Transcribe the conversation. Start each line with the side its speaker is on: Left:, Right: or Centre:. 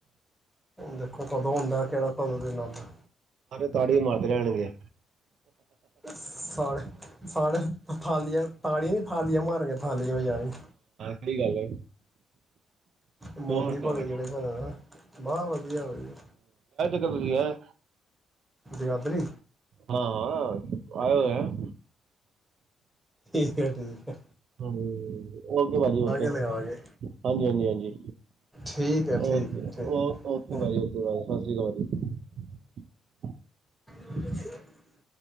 Centre: ਦੇਖੋ ਕਦੋਂ ਆੁੰਦਾ ਕਿਹੜਾ ਪਦੋਂ ਦੇਨ ਆਉਂਦਾ
Right: ਤੁਹਾਡੀ ਮਰਦ ਰੈਣਗੇ
Centre: ਸਾ ਸਾ ਥਾਲੀਆਂ ਤੜੀਆਂ ਨੀ ਥਾਲੀਆਂ ਮਾਰੀਆਂ ਥਾਲੀਆਂ ਹੋ ਜਾਣੀਆਂ
Right: ਬੜੀ ਗੱਲ ਹੈ
Centre: ਮੋਦੀ
Right: ਹੋਰ ਸੁਣਾਓ
Centre: ਬਗ
Right: ਭਾਜੀ
Centre: ਜਿਹੜੇ ਭਣੇ ਨਾ ਬਹੁ ਵਧੀ ਵਧੀਆ ਵਧੀਆ
Right: ਪ੍ਰਆ
Centre: ਜਗਾਦਰੀ
Right: ਹਾਂ ਆਏ ਹੋਏ ਆ।
Centre: ਠੀਕ ਐ, ਠੀਕ ਐ।
Right: ਹੂੰ, ਓਕੇ ਭਾਜੀ ਓਕੇ।
Centre: ਲਗਾਵਾਂਗੇ
Right: ਹਾਂਜੀ ਹਾਂਜੀ ਹਾਂਜੀ
Centre: ਠੀਕ ਹੈ ਠੀਕ
Right: ਓਕੇ
Centre: ਹੈ
Right: ਓ
Centre: ਠੀਕ
Right: ਓਕੇ ਭਾਜੀ ਓਕੇ ਬਾਏ ਸਤਿ ਸ਼੍ਰੀ ਅਕਾਲ ਜੀ।
Centre: ਅੱਛ